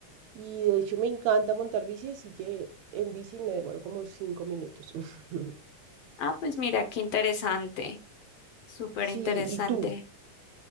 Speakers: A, on the right (about 75°); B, on the left (about 65°).
A: y de hecho me encanta montar bici, así que en bici me demoro como 5 minutos. <laughs>
B: Ah, pues mira, qué interesante. Súper
A: Sí,
B: interesante.
A: ¿y tú?